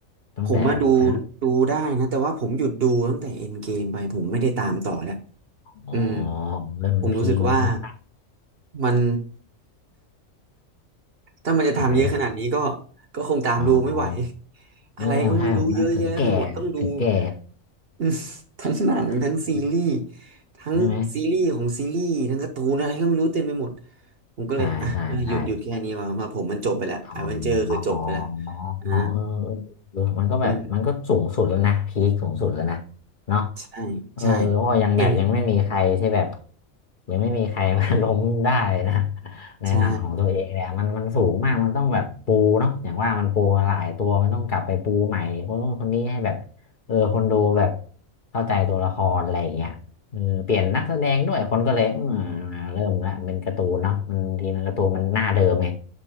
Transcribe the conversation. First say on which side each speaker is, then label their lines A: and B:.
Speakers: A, on the left; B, on the right.
A: ตั้งแต่แบบอ่ะ
B: ผมมาดูดูได้นะแต่ว่าผมหยุดดูตั้งแต่เอ็นเกมไปผมไม่ได้ตามต่อแล้ว
A: อ๋อ
B: อืม
A: เริ่มมันพีคมันพีค
B: ผมรู้สึกว่ามันถ้ามันจะทำเยอะขนาดนี้ก็
A: ใช่ใช่
B: ก็คงตามดูไม่ไหว
A: อ๋ออ๋อ
B: <laughs>
A: โอ้ใช่ผมว่าถึงแก่
B: อะไรก็ไม่รู้เยอะแยะไปหมดต้องดู
A: ถึงแก่
B: <laughs> อืมทั้งหนังทั้งซีรีส์
A: <laughs>
B: ทั้งซีรีส์ของซีรีส์ทั้งการ์ตูนอะไรก็ไม่รู้เต็มไปหมด
A: ใช่ไหม
B: ผมก็เลยอ่ะหยุดหยุดแค่นี้ว่ามาผมมันจบไปแล้วอเวนเจอร์คือจบไปแล้ว
A: ใช่ใช่ใช่ อ๋ออ๋อเออ
B: อ่า
A: เออมันก็แบบมันก็สูงสุดแล้วนะ
B: อืม
A: พีคสูงสุดแล้วนะเนาะ
B: ใช่ใช่
A: เออเพราะว่ายังแบบยังไม่มีใครที่แบบ
B: เห็น
A: ยังไม่มีใครมา <laughs> ล้มได้นะในหนังของตัวเองเนี่ยมันมันสูงมาก
B: ใช่
A: มันต้องแบบปูเนาะอย่างว่ามันปูมาหลายตัว มันต้องกลับไปปูใหม่ คนนู้นคนนี้ให้แบบเออคนดูแบบเข้าใจตัวละครอะไรอย่างเงี้ย เออเปลี่ยนนักแสดงด้วยคนก็เลยอืมเริ่มละเป็นการ์ตูนเนาะมันทีนั้นการ์ตูนมันหน้าเดิมไง